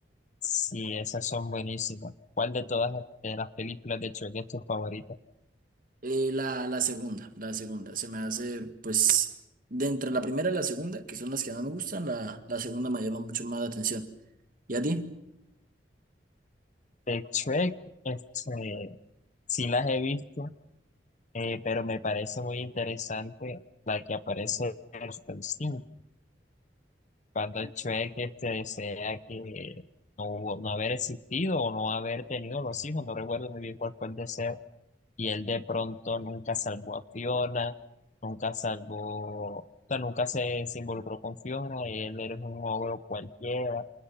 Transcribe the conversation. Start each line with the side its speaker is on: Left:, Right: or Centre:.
Left: Sí, esas son buenísimas. ¿Cuál de todas de las películas de Shrek es tu favorita?
Right: Eh, la, la segunda, la segunda. Se me hace, pues, de entre la primera y la segunda, que son las que más me gustan, la, la segunda me llama mucho más la atención. ¿Y a ti?
Left: De Shrek, este. Sí las he visto, eh, pero me parece muy interesante la que aparece en los Palestinos, cuando Shrek este, desea que no, no haber existido o no haber tenido los hijos, no recuerdo muy bien cuál fue el deseo, y él de pronto nunca salvó a Fiona, nunca salvó, o sea, nunca se, se involucró con Fiona, él era un ogro cualquiera,